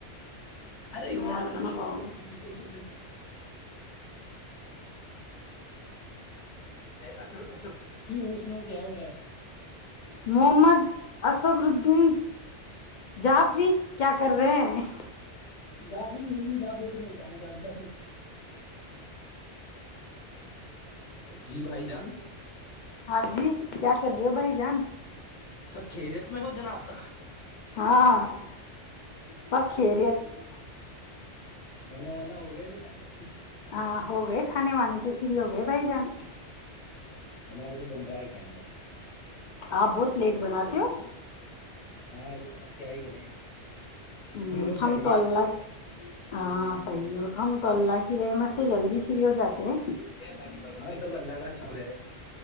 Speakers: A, on the left (about 80°); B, on the left (about 60°).
A: ارے ب
B: حال کرنا پاؤ گا
A: ب س
B: اصل
A: کی ہو سناؤ کیا ہو رہا ہے
B: محمد ااسفردین جعفری کیا کر رہے ہیں
A: جعفریر یہی ہے جعفر سے ج جی بھائی جان
B: ہاں جی کیا کر رہ ہو بھائی جان
A: سب خیریت میں ہو جناب
B: ہاں سب خیریت ہے
A: کنا ونا ہوگ د نابا
B: ہاں ہو گئے کھانے وانے سے پھر ہوگ بھائی جان
A: ہمارا تو بن رہا ہے النابھی <unintelligible>
B: آپ بہت لیٹ بناتے ہو
A: ہاں آپ کیا ہی کرے
B: ہو
A: محنت
B: ہم
A: جا رہی
B: تو اللہ
A: ہے
B: ہاں صحیح ہو تو ہم تو اللہ کی رہحمت سے جلدی فری ہو جاتے ہیں تگی مدت
A: ہاں
B: کرنے
A: سب
B: جاتی
A: اللہ کا شکر ہے